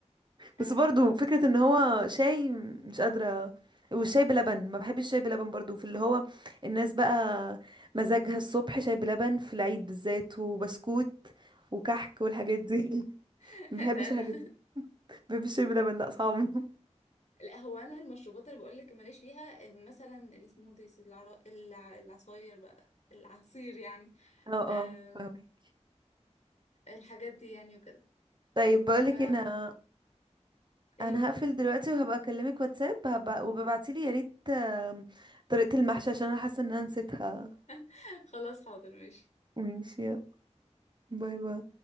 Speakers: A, on the right (about 40°); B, on the left (about 65°).
A: بس
B: أم...
A: برضو فكرة ان هو شاي مش قادرة والشاي بلبن ما بحبش الشاي بلبن برضو في اللي هو الناس بقى مزاجها الصبح شاي بلبن في العيد بالذات وبسكوت وكحك والحاجات دي <laughs>
B: <laughs>
A: ما بحبش
B: ده انا
A: الحاجات دي ما بحبش الشاي بلبن لا صعب <laughs>
B: لا هو انا المشروبات اللي بقول لك ماليش فيها أم، مثلا السموذيز العرا... الع... العصاير بقى العصير يعني
A: اه
B: أم...
A: اه فاهمك.
B: الحاجات دي يعني وكده
A: طيب بقولك
B: ف
A: هنا
B: ايه
A: انا
B: يقول
A: هقفل دلوقتي وهبقى اكلمك واتساب هبقى وببعتيلي يا ريت آم، طريقة المحشي عشان انا حاسة ان انا نسيتها
B: <laughs> خلاص حاضر ماشي
A: ماشي يلا باي باي